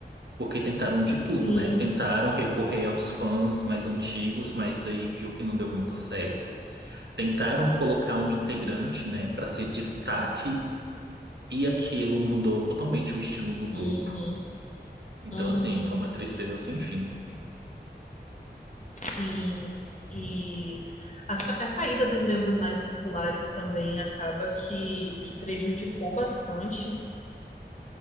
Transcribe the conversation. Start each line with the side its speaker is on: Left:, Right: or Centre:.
Right: Porque tentaram de tudo,
Left: Sim,
Right: né? Tentaram recorrer aos fãs mais antigos, mas aí viu que não deu muito certo. Tentaram colocar uma integrante, né, para ser destaque, e aquilo mudou totalmente o estilo do grupo.
Left: uhum,
Right: Então,
Left: uhum,
Right: assim, foi uma tristeza sem fim.
Left: sim. E a, sa- a saída dos membros mais populares também acaba que, que prejudicou bastante.